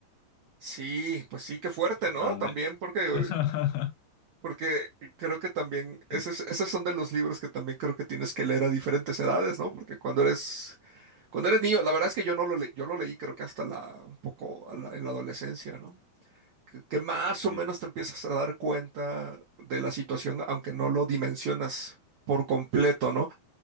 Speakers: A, on the right; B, on the left.
A: Sí, pues sí, qué fuerte,
B: Ajá,
A: ¿no? También
B: de...
A: porque,
B: <laughs>
A: porque creo que también,
B: Sí,
A: esos, esos son de los libros que también creo que tienes que leer a diferentes edades, ¿no? Porque cuando eres, cuando eres niño, la verdad es que yo no lo leí, yo lo leí creo que hasta la, un poco a la- en la adolescencia, ¿no? Que, que más
B: sí,
A: o menos te empiezas a dar cuenta de la situación, aunque no lo dimensionas por completo, ¿no?